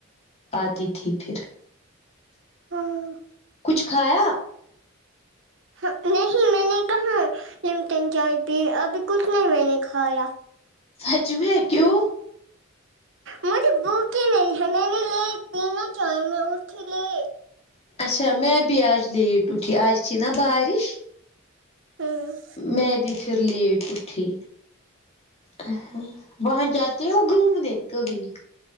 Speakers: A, on the left (about 30°); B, on the right (about 65°).
A: آتی تھی پھر
B: آ ہوں
A: کچھ کھایا
B: ہان نہیں میں نے کہاں لمٹن چائے پی ابھی کچھ نہیں میں نے کھایا
A: سچ میں کیوں
B: مجھے بھوک ہی نہیں ہے میں نے لیٹ پی نا چائے میں اٹھی لیٹ
A: اچھا میں بھی آج لیٹ اٹھی آج تھی نہ بارش
B: ہوں
A: میں بھی پھر لیٹ اٹھی آ ہاں وہاں جاتے ہو گھومنے کبھی